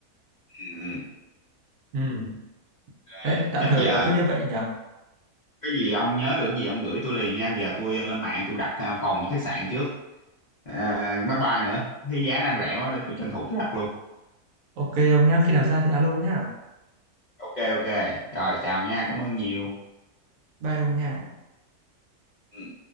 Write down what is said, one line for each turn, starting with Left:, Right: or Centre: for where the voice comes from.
Left: ừ.
Right: Ừm,
Left: Ok,
Right: Đấy, tạm
Left: chắc
Right: thời
Left: giờ
Right: là cứ
Left: tôi-
Right: như vậy nhỉ.
Left: cái gì ông nhớ được cái gì ông gửi tôi liền nha giờ tôi lên mạng tôi đặt à, phòng với khách sạn trước à, máy bay nữa cái giá đang rẻ quá để tôi tranh thủ tôi đặt luôn
Right: Ok ông nhá, khi nào ra thì alo nhá.
Left: ok ok rồi chào nha cảm ơn nhiều
Right: đây không nha
Left: Ừ.